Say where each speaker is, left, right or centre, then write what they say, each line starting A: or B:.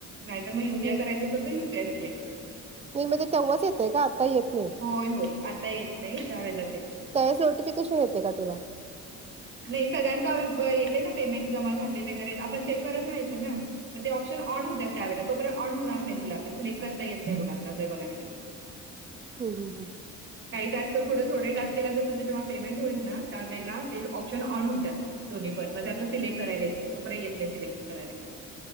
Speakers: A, on the right; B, on the right.
A: नाही तर मग युपीआय
B: हम्म
A: करायचं असल तरं यूपीआय सिलेक्ट करायचं.
B: म म्हणजे तेव्हाच येतेय का आता येत नाही.
A: होय होय आता येत नाही त्या वेळेलाच येतंय.
B: त्याच नोटिफिकेशन येते का तुला.
A: नाही सगळ्यांचा अ ब येते ना पेमेंट जमा झाले वगैरे आपण चेक करत राहायचं ना. मग ते ऑप्नऑन होतात त्या वेळे तोपर्यंत ऑन होणार नाही तुलाग ते सिलेक्ट करता येत नाही आत्ता जर बघायला गेलीस तर.
B: हम हम.
A: काही टास्क थों थोडे टास्क केल्यानंत तुझे जेव्हा पेमेंट होईल ना त्यावेळेला ते ऑप्शन ऑन होतात. दोन्ही पण ग त्या आपला सिलेक्ट करायलायेते तो काही येत नाही सिलेक्ट करायला काय.